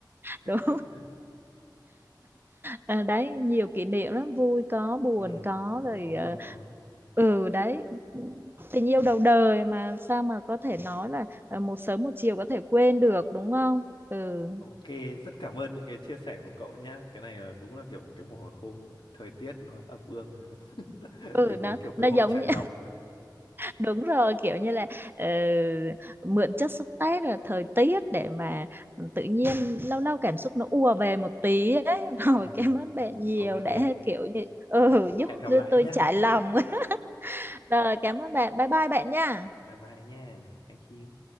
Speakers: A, on the right; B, on the left.
A: đúng
B: <laughs>
A: à, đấy nhiều kỷ niệm lắm vui có buồn
B: ừ.
A: có
B: vui
A: rồi
B: có buồn
A: ờ,
B: có
A: ừ đấy tình yêu đầu đời mà sao mà có thể nói là ờ, một sớm một chiều có thể quên được đúng không ừ
B: ok rất cảm ơn những cái chia sẻ của cậu nhá cái này là đúng là kiểu cái mùa hôm thời tiết nó ẩm ương <laughs>
A: ừ
B: mình có
A: nó
B: kiểu cơ
A: nó giống
B: hội trải
A: như-
B: lòng
A: đúng rồi kiểu như là ờ, mượn chất xúc tác là thời tiết để mà tự nhiên lâu lâu cảm xúc nó ùa về một tí ấy <laughs> rồi
B: ừ.
A: cảm ơn bạn nhiều
B: ok
A: để kiểu như ừ, giúp
B: hẹn gặp lại
A: tôi
B: nhá
A: trải lòng <laughs> rồi cảm ơn bạn bye bye bạn nha
B: bye bye nha thank you